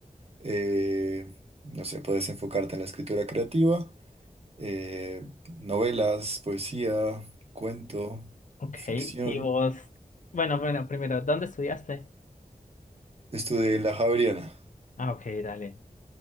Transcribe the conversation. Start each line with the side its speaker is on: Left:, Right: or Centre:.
Right: eh, no sé, puedes enfocarte en la escritura creativa, eh, novelas, poesía, cuento,
Left: ok.
Right: ficción.
Left: Y vos, bueno, bueno, primero, ¿dónde estudiaste?
Right: Estudié en la Javeriana.
Left: Ah, ok, dale.